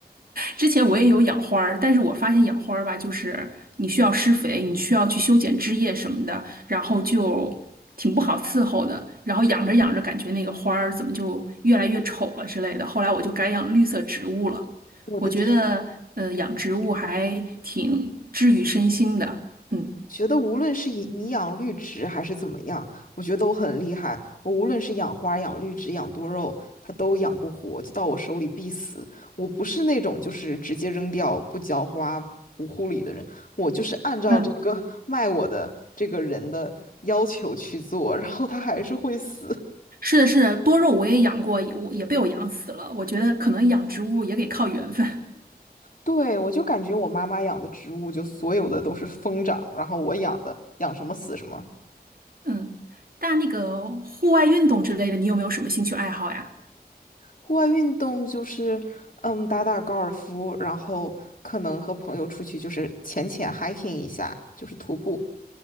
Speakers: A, on the right (about 65°); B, on the left (about 55°).
A: 之前我也有养花儿，但是我发现养花儿吧，就是你需要施肥，你需要去修剪枝叶什么的，然后就挺不好伺候的。然后养着养着，感觉那个花儿怎么就越来越丑了之类的。后来我就改养绿色植物了。
B: 我的天，
A: 我觉得，嗯、养植物还挺治愈身心的。嗯，
B: 觉得无论是以你养绿植还是怎么样，我觉得都很厉害。我无论是养花、养绿植、养多肉，它都养不活，就到我手里必死。我不是那种就是直接扔掉、不浇花、不护理的人，我就是按照这个卖我的这个人的要求去做，
A: 嗯，
B: 然后它还是会死。
A: 是的，是的，多肉我也养过，我也被我养死了。我觉得可能养植物也得靠缘分。
B: 对，我就感觉我妈妈养的植物，就所有的都是疯长，然后我养的养什么死什么。
A: <laughs> 嗯，但那个户外运动之类的，你有没有什么兴趣爱好呀？
B: 户外运动就是，嗯，打打高尔夫，然后可能和朋友出去就是浅浅 hiking 一下，就是徒步。